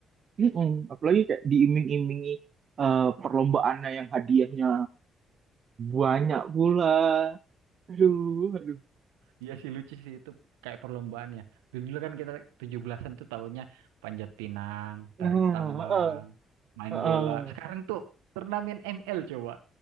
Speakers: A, on the right (about 55°); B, on the right (about 85°).
A: Mm-mm. Apalagi kayak diiming-imingi eh, perlombaannya yang hadiahnya banyak pula. Aduh, aduh.
B: Iya sih lucu sih itu kayak perlombaan ya. Dulu, dulu kan kita 17-an tuh tahunnya panjat pinang,
A: Nah,
B: tarik tambang,
A: eh,
B: Hmm. main
A: eh, eh.
B: bola. Sekarang tuh turnamen ML coba.